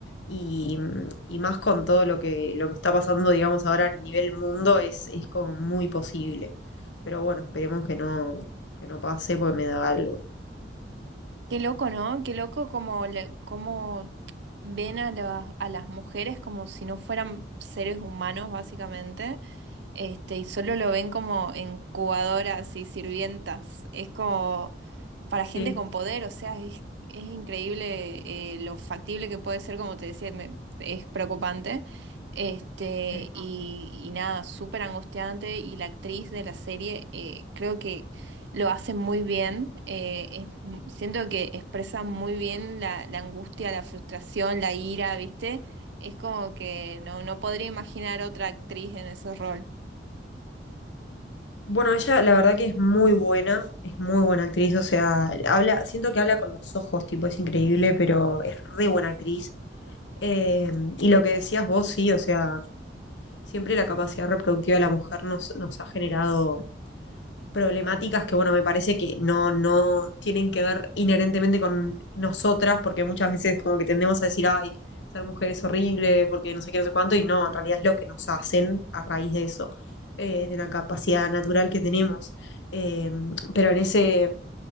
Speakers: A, on the left; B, on the right.
A: y, mm, y más con todo lo que, lo que está pasando, digamos, ahora a nivel mundo, es, es como muy posible. Pero bueno, esperemos que no que no pasé porque me daba algo.
B: Qué loco, ¿no? Qué loco como, la- como ven a, la- a las mujeres como si no fueran seres humanos, básicamente, este, y solo lo ven como incubadoras y sirvientas. Es como para
A: Sí,
B: gente con poder, o sea, es, es increíble eh, lo factible que puede ser, como te decía, me- es preocupante. Este,
A: sí.
B: y, y nada, súper angustiante. Y la actriz de la serie eh, creo que lo hace muy bien. eh, es m- siento que expresa muy bien la, la angustia, la frustración, la ira, ¿viste? Es como que no, no podría imaginar otra actriz en ese rol.
A: Bueno, ella la verdad que es muy buena, es muy buena actriz, o sea, habla, siento que habla con los ojos, tipo, es increíble, pero es re buena actriz. Eh, y lo que decías vos, sí, o sea, siempre la capacidad reproductiva de la mujer nos, nos ha generado problemáticas que, bueno, me parece que no, no tienen que ver inherentemente con nosotras, porque muchas veces como que tendemos a decir, ay, ser mujer es horrible, porque no sé qué, no sé cuánto, y no, en realidad es lo que nos hacen a raíz de eso, eh, de la capacidad natural que tenemos. Eh, pero en ese,